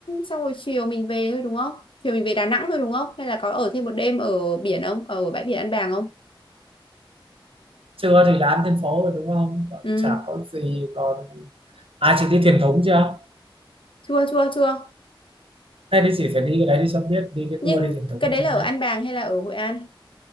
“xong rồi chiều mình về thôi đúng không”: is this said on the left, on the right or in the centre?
Left